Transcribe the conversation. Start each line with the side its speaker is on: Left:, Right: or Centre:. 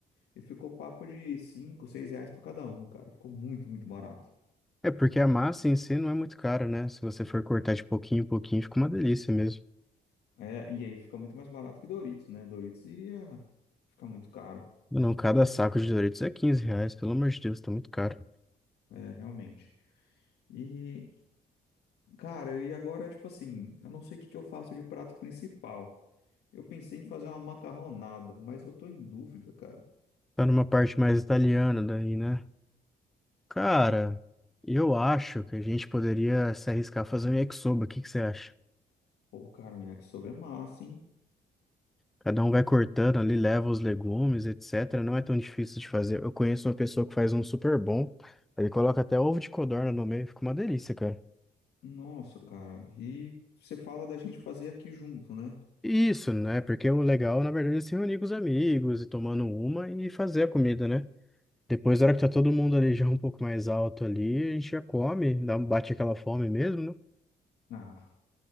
Left: e ficou papo de 5, 6 reais pra cada um, cara. Ficou muito, muito barato.
Centre: É porque a massa em si não é muito cara, né? Se você for cortar de pouquinho em pouquinho, fica uma delícia mesmo.
Left: É, e aí fica muito mais barato que Doritos, né? Doritos iria ficar muito caro,
Centre: Não, cada saco de Doritos é 15 reais, pelo amor de Deus, tá muito caro.
Left: é, realmente. E, cara, e agora, tipo assim, eu não sei o que que eu faço de prato principal. Eu pensei em fazer uma macarronada, mas eu tô em dúvida, cara.
Centre: Tá numa parte mais italiana daí, né? Cara, eu acho que a gente poderia se arriscar a fazer um yakisoba. O que que você acha?
Left: Pô, cara, um yakisoba é massa, hein?
Centre: Cada um vai cortando ali, leva os legumes, etc. Não é tão difícil de fazer. Eu conheço uma pessoa que faz um super bom. Ele coloca até ovo de codorna no meio, fica uma delícia, cara.
Left: Nossa, cara. E você fala da gente fazer aqui junto, né?
Centre: Isso, né? Porque o legal, na verdade, é se reunir com os amigos e tomando uma e fazer a comida, né? Depois, na hora que tá todo mundo ali já um pouco mais alto ali, a gente já come, dá, um, bate aquela fome mesmo, né?
Left: Ah,